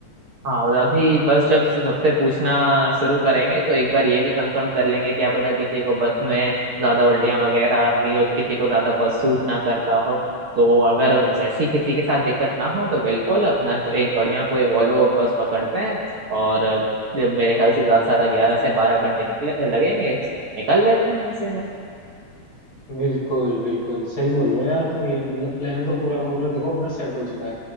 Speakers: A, on the right; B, on the left.
A: हाँ और अभी बस जब सबसे पूछना शुरू करेंगे तो एक बार ये भी कंफर्म कर लेंगे क्या पता किसी को बस में ज्यादा उल्टियां वगैरह आती हो किसी को ज्यादा बस सूट ना करता हो तो अगर वैसी किसी के साथ दिक्कत ना हो तो बिल्कुल अपना को एक बढ़िया कोई वॉल्वो बस पकड़ते हैं और जब मेरे ख्याल से ज्यादा से ज्यादा ग्यारह से बारह घंटे निकले लगेंगे निकल लेते हैं उसी में
B: बिल्कुल बिल्कुल सही बोल रहे हो यार तुम ये मतलब प्लान तो पूरा का पूरा देखो अपना सेट हो चुका है